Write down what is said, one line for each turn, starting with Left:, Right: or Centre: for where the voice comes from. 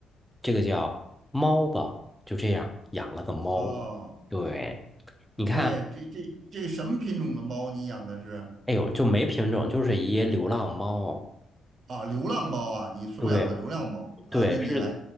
Centre: 这个叫猫吧，就这样养了个猫。
Right: 哦。
Centre: 对，你看，
Right: 对，这这这什么品种的猫你养的是？
Centre: 哎呦，就没品种，就是一流浪猫。
Right: 啊，流浪猫啊，你收养的流浪猫啊，
Centre: 对，对，
Right: 那你还
Centre: 是，